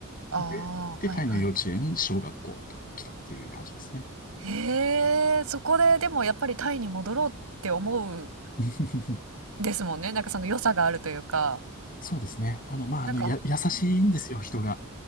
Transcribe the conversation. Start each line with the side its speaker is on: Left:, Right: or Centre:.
Right: はいはい
Left: で、でタイの幼稚園、小学校と来たっていう感じですね。
Right: うんうんはいうんはいはいはいはいああはいはいへえ、そこででもやっぱりタイに戻ろうって思う
Left: <laughs>
Right: ですもんね。なんかその良さがあるというか、
Left: そうですね。あの、まあ、
Right: なんかうんうん。
Left: あの、や、優しいんですよ、人が。